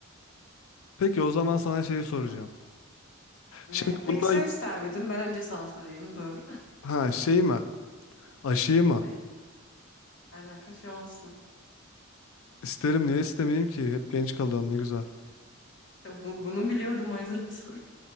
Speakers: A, on the left; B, on the left.
A: Peki o zaman sana şeyi soracağım.
B: Yani ne?
A: Şimdi bundan
B: Peki sen ister miydin? Ben önce sana sorayım. Dur.
A: ha şey mi? Aşıyı mı?
B: Ne? Aynen kaçamazsın.
A: İsterim niye istemeyeyim ki? Hep genç kalıyorsun ne güzel.
B: Ya bu- bunu biliyordum o yüzden <laughs> sordum.